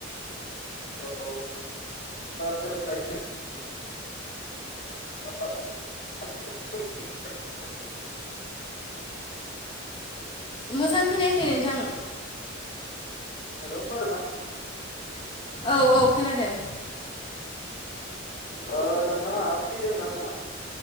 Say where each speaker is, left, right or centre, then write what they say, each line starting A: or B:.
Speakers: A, on the left; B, on the left.
A: औ ओ जों दायो <unintelligible>
B: मोजां खोनायाखै नोंथां?
A: हेल' खोनादोंं ना?
B: औ औ खोनादों।
A: अ नोंथाङा फ्रि दंना नोंथां?